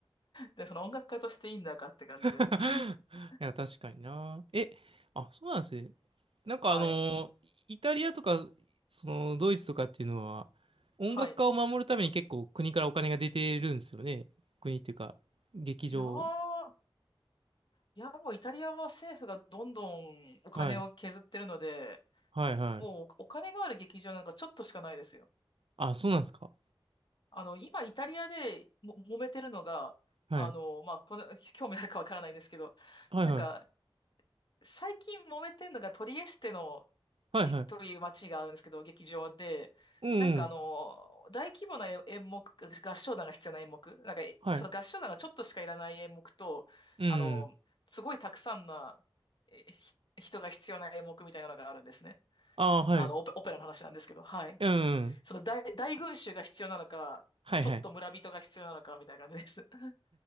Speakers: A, on the left; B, on the right.
A: で、その音楽家としていいんだかって感じです。
B: <laughs>
A: <laughs>
B: いや、確かにな。え、あ、そうなんですね。なんかあのー、
A: はい。
B: イタリアとか、その、ドイツとかっていうのは、音楽家を守るために結構国からお金が出てるんですよね。
A: はい。
B: 国っていうか、劇場。
A: いやー、いや、もうイタリアは政府がどんどんお金を削ってるので、
B: はい。はい、はい。
A: もうお金がある劇場なんかちょっとしかないですよ。
B: あ、そうなんですか。
A: あの、今イタリアでも揉めてるのが、
B: はい。
A: あの、まあ、この、<laughs> 興味あるかわからないんですけど、
B: はい、
A: なんか、
B: はい。
A: 最近揉めてるのがトリエステの
B: はい、
A: 劇という街があるんですけど、
B: はい。
A: 劇場で、
B: うん、
A: なんかあの、
B: うん。
A: 大規模な演演目、合唱団が必要な演目、なんか、えその合唱団がちょっとしかいらない演目と、
B: はい。うんうん。
A: あの、すごいたくさんなえひ人が必要な演目みたいなのがあるんですね。
B: ああ、はい。
A: あの、オペ、オペラの話なんですけど、はい。
B: うん、うん。
A: その大、大群衆が必要なのか、
B: はいはい
A: ちょっと村人が必要なのか、みたいな感じです。<laughs>